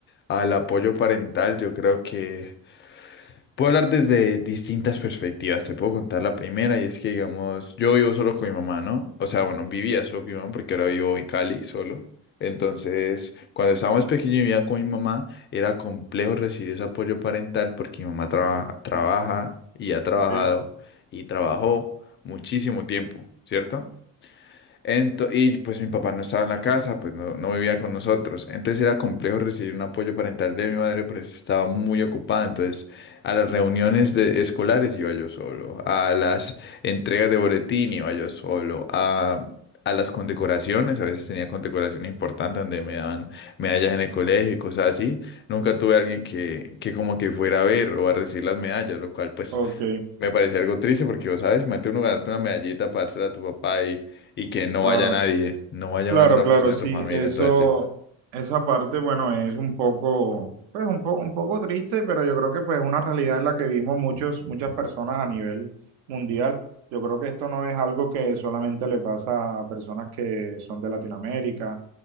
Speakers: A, on the left; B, on the right.
A: al apoyo parental, yo creo que puedo hablar desde distintas perspectivas. Te puedo contar la primera y es que, digamos, yo vivo solo con mi mamá, ¿no? O sea, bueno, vivía solo con mi mamá porque ahora vivo en Cali solo. Entonces, cuando estaba más pequeño y vivía con mi mamá, era complejo recibir ese apoyo parental porque mi mamá traba- trabaja y ha trabajado
B: Ok.
A: y trabajó muchísimo tiempo, ¿cierto? Ento- y pues mi papá no estaba en la casa, pues no, no vivía con nosotros. Entonces era complejo recibir un apoyo parental de mi madre, pero estaba muy ocupada. Entonces a las reuniones de- escolares iba yo solo, a las entregas de boletín iba yo solo, a, a las condecoraciones, a veces tenía condecoraciones importantes donde me daban medallas en el colegio y cosas así. Nunca tuve a alguien que, que como que fuera a ver o a recibir las medallas, lo cual pues...
B: Ok,
A: Me parecía algo triste porque, vos sabes, imagínate uno ganarte una medallita para dársela a tu papá y y que no
B: claro,
A: vaya nadie, no vaya
B: claro,
A: una sola
B: claro,
A: persona
B: sí,
A: de tu familia.
B: eso,
A: Entonces,
B: esa parte, bueno, es un poco, pues un poco, un poco triste, pero yo creo que pues es una realidad en la que vivimos muchos, muchas personas a nivel mundial. Yo creo que esto no es algo que solamente le pasa a personas que son de Latinoamérica,